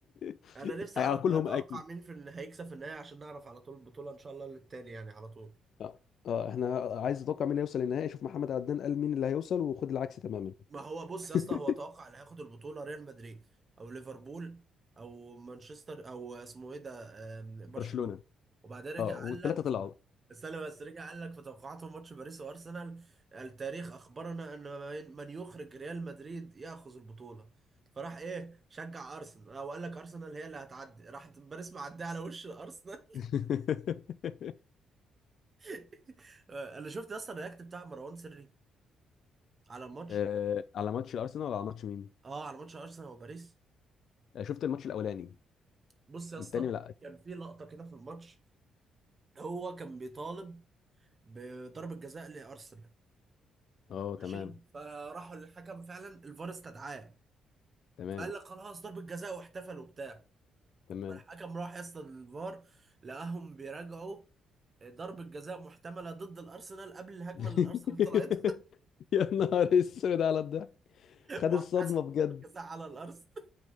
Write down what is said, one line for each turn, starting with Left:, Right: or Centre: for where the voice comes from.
Left: <laughs>
Right: انا نفسي
Left: هاكلهم
Right: اعرف اتوقع
Left: اكل
Right: مين في اللي هيكسب في النهايه عشان نعرف على طول البطوله ان شاء الله للتاني يعني على طول
Left: اه آه، احنا عايز اتوقع مين هيوصل للنهائي شوف محمد عدنان قال مين اللي هيوصل وخد العكس تماما
Right: ما هو بص
Left: <laughs>
Right: يا اسطى هو توقع اللي هياخد البطوله ريال مدريد او ليفربول او مانشستر او اسمه ايه ده آم،
Left: برشلونة
Right: برشلونه وبعدين رجع
Left: اه والثلاثة
Right: قال لك
Left: طلعوا
Right: استنى بس رجع قال لك في توقعاته ماتش باريس وارسنال التاريخ اخبرنا ان من من يخرج ريال مدريد ياخذ البطوله فراح ايه شجع ارسنال او قال لك ارسنال هي اللي هتعدي راح باريس معديه على وش الارسنال
Left: <laughs>
Right: <laughs> انا شفت يا اسطى الرياكت بتاع مروان سري على الماتش
Left: آه، على ماتش الارسنال ولا على ماتش مين
Right: اه على ماتش ارسنال وباريس
Left: آه، شفت الماتش الاولاني
Right: بص يا
Left: التاني
Right: اسطى
Left: لا
Right: كان في لقطه كده في الماتش هو كان بيطالب بضربة جزاء لأرسنال
Left: اه
Right: ماشي
Left: تمام
Right: فراحوا للحكم فعلا الفار استدعاه
Left: تمام
Right: فقال لك خلاص ضربة جزاء واحتفل وبتاع
Left: تمام
Right: فالحكم راح يصل الفار لقاهم بيراجعوا ضربة جزاء محتملة ضد الأرسنال قبل الهجمة
Left: <laughs>
Right: اللي الأرسنال طلعت
Left: يا نهار اسود على الضحك
Right: <laughs>
Left: خد
Right: وهتحسب
Left: الصدمة بجد
Right: ضربة جزاء <laughs> على الأرسنال